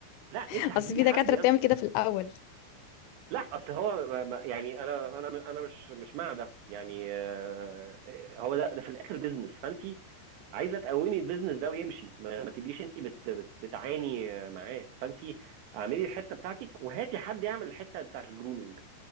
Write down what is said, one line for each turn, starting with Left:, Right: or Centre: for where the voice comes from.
Right: لا
Left: <laughs>
Right: انت هتجيبي
Left: اصل في
Right: حد
Left: دكاتره
Right: يعمل
Left: بتعمل
Right: كده
Left: كده في الاول
Right: لا اصل هو ما- ما- يعني انا انا انا مش مش مع ده يعني آه، هو ده ده في الاخر بيزنس فانت عايزه تقومي البيزنس ده ويمشي ما, ما تبقيش انت بت بت بتعاني آه، معاه فانت اعملي الحته بتاعتك وهاتي حد يعمل الحته بتاعت الجرومينج